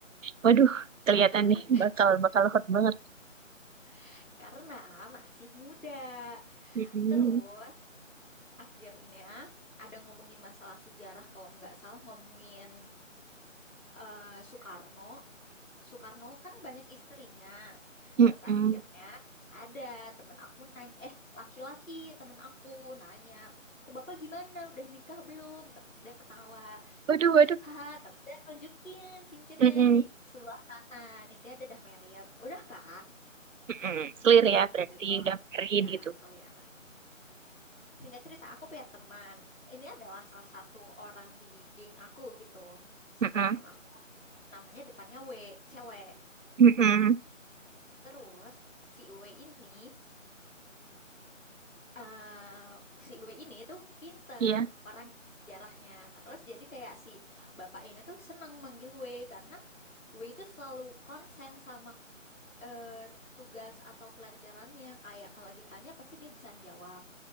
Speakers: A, on the right (about 70°); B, on the left (about 75°).
A: Waduh, kelihatan
B: Karena
A: nih bakal bakal hot banget.
B: <laughs> karena masih muda.
A: Mm-mm.
B: Terus akhirnya ada ngomongin masalah sejarah kalau nggak salah ngomongin eh, Soekarno. Soekarno kan banyak istrinya.
A: Mm-mm.
B: Terus akhirnya ada temen aku nanya, eh laki-laki temen aku nanya, kok bapak gimana udah nikah belum? Terus dia ketawa,
A: Waduh, waduh.
B: haha. Terus dia nunjukin cincinnya
A: Mm-mm.
B: di sebelah kanan. Intinya ada dah married, udah kan
A: Mm-mm. Clear ya, berarti
B: di situ
A: udah married
B: ya
A: gitu.
B: clear. Singkat cerita aku punya teman. Ini adalah salah satu orang di geng aku gitu, sekelas
A: Mm-mm.
B: sama aku. Namanya depannya W, cewek.
A: Mm-mm.
B: Terus si W ini eh si W ini tuh pinter
A: Iya.
B: orang sejarahnya. Terus jadi kayak si bapak ini tuh seneng manggil W karena W itu selalu konsen sama eh, tugas atau pelajarannya. Kayak kalau ditanya pasti dia bisa jawab.